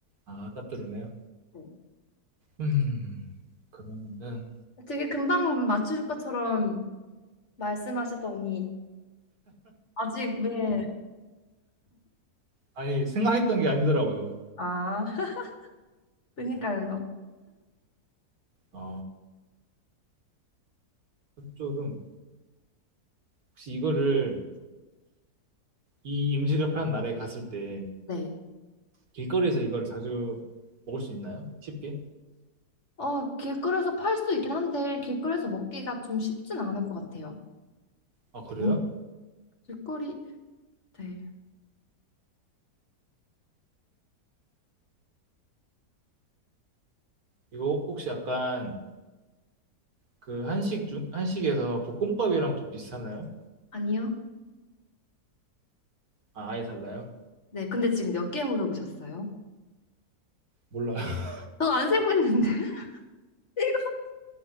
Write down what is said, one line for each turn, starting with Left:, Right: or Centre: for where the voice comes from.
Right: 아, 짭조름해요?
Left: 네.
Right: 음, 그러면은
Left: 되게 금방 맞출 것처럼 말씀하시더니 아직 왜,
Right: 아니 생각했던 게 아니더라고요.
Left: 아, <laughs> 그니까요, 이거.
Right: 아 짭조름. 혹시 이거를 이 음식을 파는 나라에 갔을 때
Left: 네.
Right: 길거리에서 이걸 자주 먹을 수 있나요? 쉽게?
Left: 어, 길거리에서 팔 수도 있긴 한데 길거리에서 먹기가 좀 쉽진 않을 것 같아요.
Right: 아, 그래요?
Left: 음, 길거리, 네.
Right: 이거 혹시 약간 그 한식 중 한식에서 볶음밥이랑 좀 비슷하나요?
Left: 아니요?
Right: 아, 아예 달라요?
Left: 네, 근데 지금 몇 개 물어보셨어요?
Right: 몰라요. <laughs>
Left: 저 안 세고 있는데. <laughs> 일곱